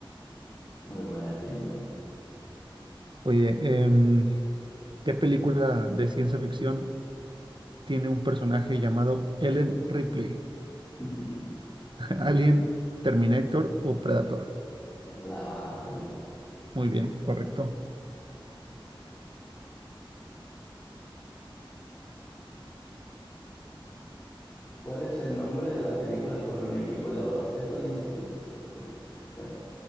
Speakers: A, on the left (about 30°); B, on the right (about 60°).
A: Muy buena, sí, muy buena.
B: Oye, em, ¿qué película de ciencia ficción tiene un personaje llamado Ellen Ripley,
A: <laughs>
B: <laughs> Alien, Terminator o Predator.
A: La Alien.
B: Muy bien, correcto.
A: ¿Cuál es el nombre de la película sobre un equipo de baloncesto de instituto? Uf. Bueno,